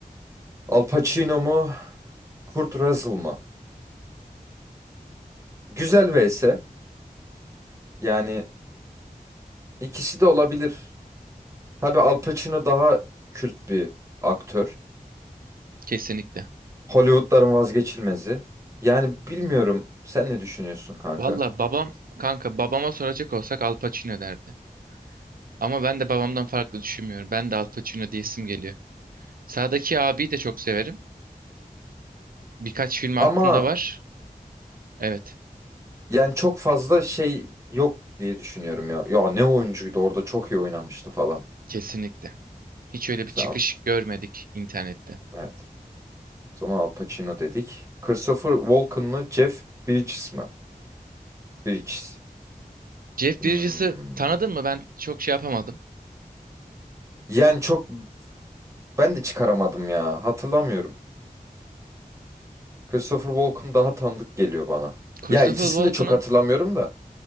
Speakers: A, on the right; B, on the right.
A: Al Pacino mu? Kurt Russell mı? Güzel vs. Yani ikisi de olabilir. Tabii Al Pacino daha kült bir aktör.
B: Kesinlikle.
A: Hollywood'ların vazgeçilmezi. Yani bilmiyorum sen ne düşünüyorsun kanka?
B: Valla babam kanka babama soracak olsak Al Pacino derdi. Ama ben de babamdan farklı düşünmüyorum. Ben de Al Pacino diyesim geliyor. Sağdaki abiyi de çok severim. Birkaç film aklımda
A: Ama
B: var. Evet.
A: yani çok fazla şey yok diye düşünüyorum ya. Ya ne oyuncuydu orada çok iyi oynamıştı falan.
B: Kesinlikle. Hiç öyle
A: Sen
B: bir çıkış
A: Al-
B: görmedik internette.
A: evet. O zaman Al Pacino dedik. Christopher Walken mı? Jeff Bridges mi? Bridges.
B: Jeff
A: Hmm.
B: Bridges'ı tanıdın mı? Ben çok şey yapamadım.
A: Yani çok ben de çıkaramadım ya. Hatırlamıyorum. Christopher Walken daha tanıdık geliyor bana.
B: Christopher
A: Ya ikisini
B: Walken'ın
A: de çok hatırlamıyorum da.